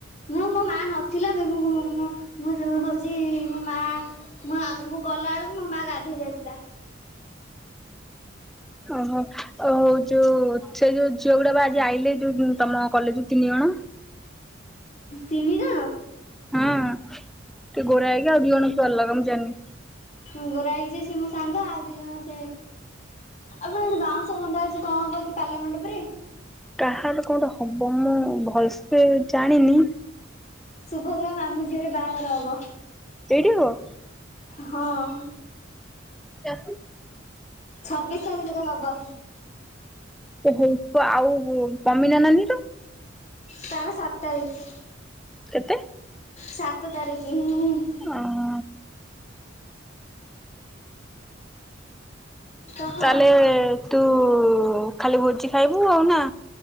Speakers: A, on the left; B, in the centre.
A: ମୁଁ ମୋ ମା ନଥିଲା ବେ ମୁଁ, ମୁଁ ମୁଁ, ମୁଁ, ଯୋଉ ହଉଚି ମୋ ମା ମୁଁ ଆଉ ମୁଁ ଗଲାବେଳକୁ ମୋ ମାଆ ଗାଧେଇ ଯାଇଥିଲା।
B: ଓହୋ, ଓ ହଉ ଯୋଉ ସେ ଯୋଉ ଝିଅ ଗୁଡା ବା ଆଜି ଆଇଲେ ଯୋଉ ହୁଁ, ତୋମ କଲେଜ୍ ରୁୁ ତିନି ଜଣ।
A: ତିନି ଜଣ!
B: ହଁ ଟିକେ ଗୋରା ହେଇକି ଆଉ ଦିଅ ଜଣ କିଏ ଅଲଗା ମୁଁ ଜାଣିନି।
A: ହୁଁ, ଗୋରା ହେଇକି ଯିଏ ସେ ମୋ ସାଙ୍ଗ, ଆଉ ଦି ଜଣ ସେ ଆଉ ବୋ ବାଉଁ ବନ୍ଧା ହେଇଚି କଣ ହବକି ପାଲା ମଣ୍ଡପରେ?
B: କାହାର କୋଣଟେ ହବ। ମୁଁ ଭଲସେ ଜାଣିନି,
A: ଶୁଭଦ୍ରା ମାମୁଁ ଝିଅର ବାଆଘର ହବ।
B: ଏଇଠି ହବ?
A: ହଁ।
B: <inaudible>
A: ଛବିଶ ତାରିଖରେ ହବ।
B: ସେ ହେଇଥିବ ଆଉ କମିନା ନାନୀ ର?
A: ତାର ସାତ ତାରିକ୍।
B: କେତେ?
A: ସାତ ତାରିକ। ହିଁ- ଇ
B: ଅଃ।
A: କହ
B: ତାହେଲେ ତୁ ଖାଲି ଭୋଜି ଖାଇବୁ ଆଉ ନା,